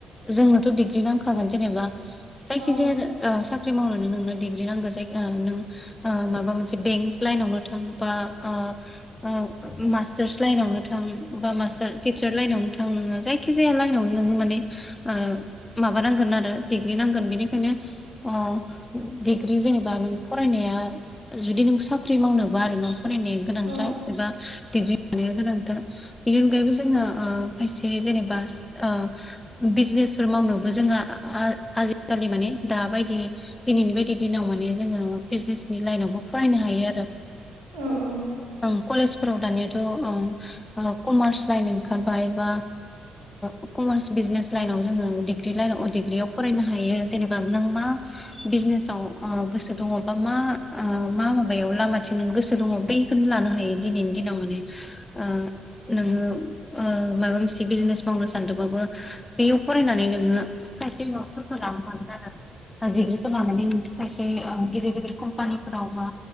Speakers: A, on the left; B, on the right.
A: जोंनोथ' डिग्रि नांखागोन जेनेबा जायखिजाया
B: औ
A: ख्रि मावनानै नोंनो डिग्रि नांगौ जायो नों ओ माबा मोनसे बेंक लाइनावनो थांबा ओ ओ मास्टारस लाइनावनो थां बा मास्टार टिचार लाइनावनो थां नोङो जायखि जाया लाइनावनो नोङो माने ओ माबा नांगोन आरो डिग्रि नांगोन बेनिखायनो अ। डिग्रि जेनेबा नों फरायनाया जुदि नों साख्रि मावनोबा आरोना। फरायनाया गोनांथार
B: औ
A: एबा डिग्रि थानाया गोनांथार बेनि अनगायैबो जोङो ओ खायसे जेनेबा ओ उम बिजनेसफोर मावनोबो जोंहा आ-आ-आ-आजिखालि माने दाबायदि दिनैनि बायदि दिनाव माने जोङो बिजनेसनि लाइनावबो फरायनो हायो आरो।
B: औ औ।
A: ओं कलेजफोराव दानियाथ' ओ ओ कमार्स लाइन ओंखारबाय बा ओ कमार्स बिजनेस लाइनयाव जोङो डिग्रि लाइनाव अ भडिग्रियाव फरायनो हायो जेनेबा नों मा बिज जिनेसाव ओ गोसो दङ बा मा ओ मा माबायाव लामाथिं नों गोसो दङ बैखौनो लानो हा यो दिनैनि दिनाव माने ओ नोङो ओ माबा मोनसे बिजिनेस मावनो सा सान्दोंबाबो बेयाव फरायनानै नोङो खायसे माबाफोरखौ लांबानो <unintelligible> ओ डिग्रिखौ लानानै खायसे ओ गिदिर गिदिर कम्पानिफोराव बा